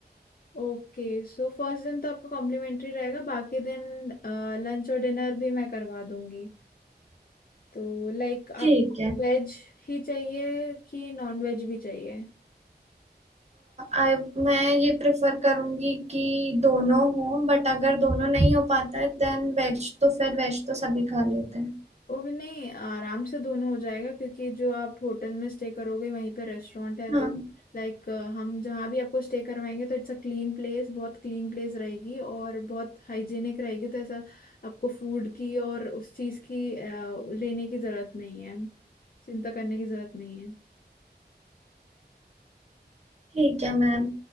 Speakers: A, on the left (about 55°); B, on the right (about 40°).
A: Okay so first दिन तो आपको कॉम्प्लीमेंट्री रहेगा बाकी दिन लंच और डिनर भी मैं करवा दूंगी तो लाइक
B: ठीक
A: आप
B: है
A: वेज ही चाहिए कि नॉन वेज भी चाहिए
B: आई मैं ये प्रेफर करूंगी कि दोनों हो बट अगर दोनों नहीं हो पाता है देन वेज तो फिर वेज तो सभी खा लेते हैं
A: ओके नहीं आराम से दोनों हो जाएगा क्योंकि जो आप होटल में स्टे करोगे वहीं पे रेस्टोरेंट है
B: हाँ
A: तो लाइक हम जहाँ भी आपको स्टे करवाएंगे तो इट्स अ क्लीन प्लेस बहुत क्लीन प्लेस रहेगी और बहुत हाइजीनिक रहेगी तो ऐसा आपको फूड की और उस चीज़ की अ, लेने की ज़रूरत नहीं है चिंता करने की ज़रूरत नहीं है
B: ठीक है मैम